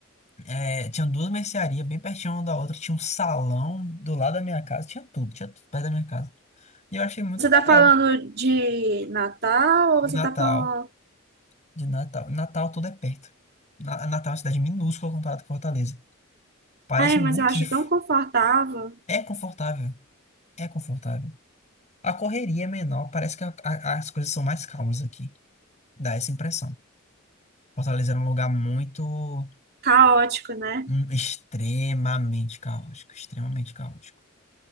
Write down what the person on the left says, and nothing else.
É, tinha duas mercearias bem pertinho uma da outra, tinha um salão do lado da minha casa, tinha tudo, tinha tudo perto da minha casa. E eu achei muito
legal.
De
Natal,
de Natal. Natal tudo é perto. Na- Natal é uma cidade minúscula comparado com Fortaleza. Parece
um
muquifo.
É confortável, é confortável. A correria é menor, parece que a- a- as coisas são mais calmas aqui. Dá essa impressão. Fortaleza era um lugar muito,
hum, extremamente caótico, extremamente caótico.